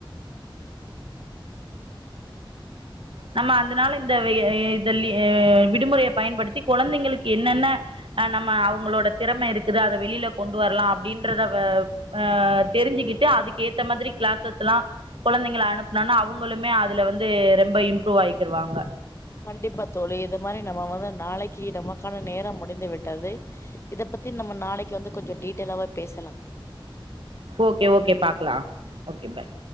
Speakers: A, on the right; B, on the left.
A: நம்ம அந்தனால இந்த ய ந்த லீ விடுமுறய பயன்படுத்தி கொழந்தைங்களுக் என்னென்ன ஹ நம்ம அவுங்களோட தெறமை இருக்குது அத வெளியில கொண்டு வரலா அப்டின்றத வ ஆ தெரிஞ்சுக்கிட்டு அதுக்கேத்த மதிரி கிளாஸஸ்லா கொழந்தைங்கல அனுப்புனனா அவங்களுமே அதுல வந்து ரம்ப இம் ருவாய்க்குருவாங்க
B: கண்டிப்பா தோழி இது மாரி நம வந்து நாளக்கி நம கான நேர முடிந்துவிட்டது இத பத்தி நம்ம நாளக்கு வந்து கொஞ்சம டீட்டெயலாவ பேசலா
A: ஓகே ஓகே பாக்கலாம் ஓகே பய்